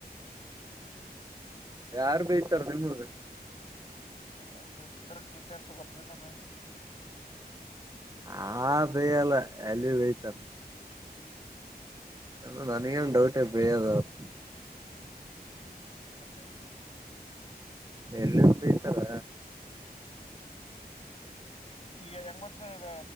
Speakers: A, on the left; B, on the right.
A: <unintelligible> <inaudible>
B: ಯಾರ್ ಬೈತಾರ ನಿಮಗ
A: ಹೇ ಭಿತರ ಟೀಚರ್ಸ್ ಗೊತ್ತೀದಿದರ
B: ಹ ಬೇಯಲ್ಲ ಎಲ್ಲಿ ಬೇಯ್ತಾರ ಅಲ್ಲ ನನಗೇನ್ ಡೌಟ್ ಇಲ್ಲ ಬೈಯದವರು
A: ಬೈತಾರ ಲೇ ಅಪ್ಪ
B: ಎಲ್ಲಿಂದ ಬೈತಾರ
A: ಏನ್ ಹೆಂಗ ಗೊತ್ತ ಈಗ